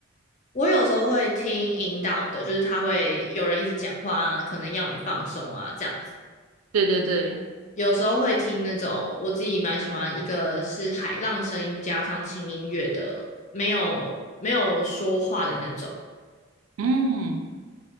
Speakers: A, on the left; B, on the right.
A: 我有时候会听引导的，就是他会有人一直讲话啊，可能要你放松啊，这样子。
B: 对对对，
A: 有时候会听那种我自己蛮喜欢，一个是海浪声音加上轻音乐的，没有没有说话的那种。
B: 嗯